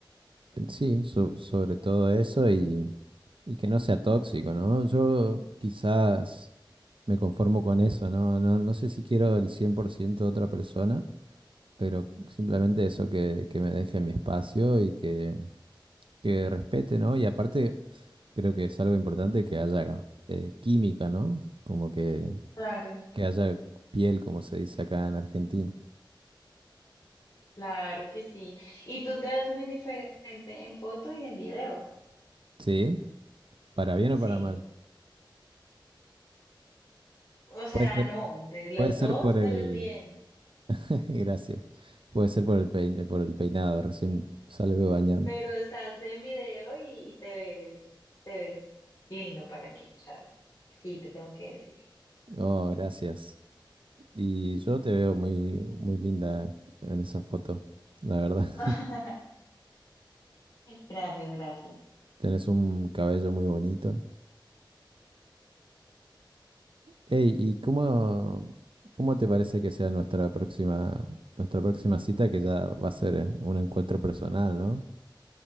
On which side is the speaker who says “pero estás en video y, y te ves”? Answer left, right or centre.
Left